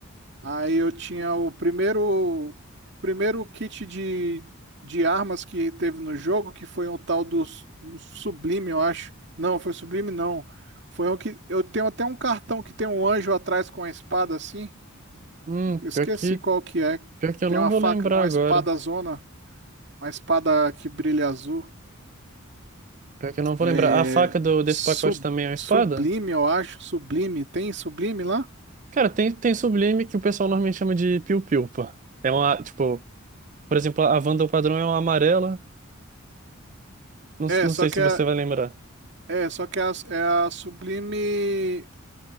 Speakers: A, on the right; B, on the right.
A: Aí eu tinha o primeiro primeiro kit de, de armas que teve no jogo, que foi um tal do S- um Sublime, eu acho. Não, foi Sublime não. Foi um que eu tenho até um cartão que tem um anjo atrás com a espada assim.
B: Hum,
A: Eu esqueci
B: pior que,
A: qual que é.
B: pior que eu
A: Tem
B: não
A: uma
B: vou
A: faca,
B: lembrar
A: uma
B: agora.
A: espada zona, uma espada que brilha azul.
B: Pior que eu não vou
A: É,
B: lembrar. A faca do, desse
A: sub-
B: pacote também é uma espada?
A: Sublime, eu acho. Sublime, tem Sublime lá?
B: Cara, tem, tem sublime que o pessoal normalmente chama de piu-piu, pô. É uma, tipo, por exemplo, a Wanda o padrão é uma amarela. Não,
A: É,
B: não
A: só
B: sei
A: que
B: se
A: é,
B: você vai lembrar.
A: é, só que é a, é a Sublime.